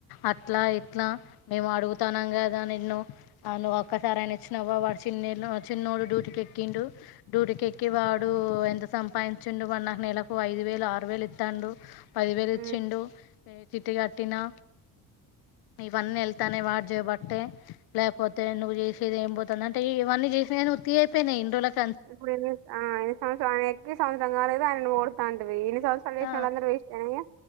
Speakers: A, on the left; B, on the right.
A: అట్లా ఇట్ ట్లా మేము అడుగుతానమ్ గదా నిన్ను? ఆ ను ఒక్కసారి ఐన వచ్చినవా? వాడు చిన్న చిన్నోడు డూటికి ఎక్కిండు, డూటిక ఎక్కి వాడు ఎంత సం పైంచుండు వన్నాకు నెలకు ఐదు వేలు ఆరు వేలు ఇత్తాండు పది వేలు ఇచ్చిండు
B: ఉమ్
A: చిట్టికట్టినా ఇవన్నీ వెళ్తానే వాడ్ జేబట్టే లేకపోతే నువ్వు చేసేది ఏం బోతాంది అంటే ఇవన్నీ చేసినయి ఉత్యయిపోయినయ్ ఇన్రోలకు
B: ఇప్పుడు ఎన్ని ఆ సంవ ఎక్కి సంవత్సరం కాలేదు ఆయనను ఓడుతాంటివి ఇన్ని సంవత్సరాలు చేసిన
A: ఆ
B: వాళ్ళందరూ వేస్టేనా ఇగ